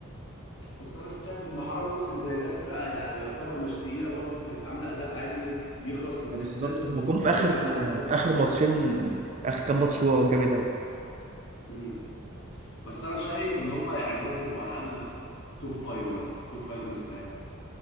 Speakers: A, on the left (about 60°); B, on the right (about 30°).
A: بس انا شايف ان حرام موسم زي ده الفرقه يعني يعتبر مش تقيله برضو كانت عامله اداء عالي يخلص ان
B: بالظبط
A: لازم تبقى
B: هم
A: توب
B: جم في
A: فايف
B: اخر
A: على الاقل أنا-
B: اخر ماتشين اخر كام ماتش وقعوا جامد قوي
A: امم بس انا شايف ان هم يعني لازم يبقوا على الاقل توب فايف مثلا توب فايف مستريح